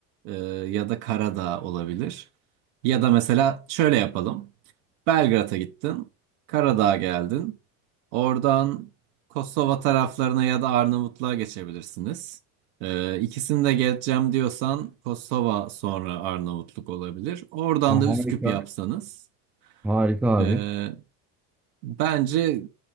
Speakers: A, on the right; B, in the centre.
A: e, ya da Karadağ olabilir. Ya da mesela şöyle yapalım. Belgrad'a gittin, Karadağ'a geldin. Oradan Kosova taraflarına ya da Arnavutluğa geçebilirsiniz. Ee, ikisini de geçeceğim diyorsan Kosova sonra Arnavutluk olabilir. Oradan
B: Ha,
A: da Üsküp
B: Harika.
A: yapsanız.
B: Harika abi.
A: ee, Bence